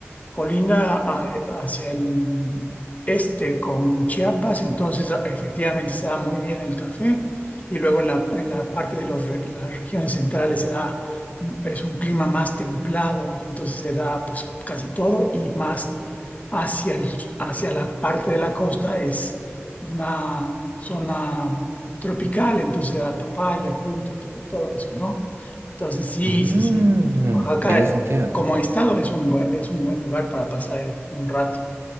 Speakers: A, on the left; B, on the right.
A: Colinda a- hacia el este con Chiapas, entonces efectivamente se da muy bien el café y luego en la, en la parte de los re- las regiones centrales se da, es un clima más templado y entonces se da pues casi todo y más hacia el, hacia la parte de la costa es una zona tropical, entonces se da papaya, fruta, to- todo eso, ¿no? Entonces sí,
B: Mm,
A: sí, sí. Oaxaca
B: tiene sentido.
A: como estado es un, bu- es un buen lugar para pasar el- un rato.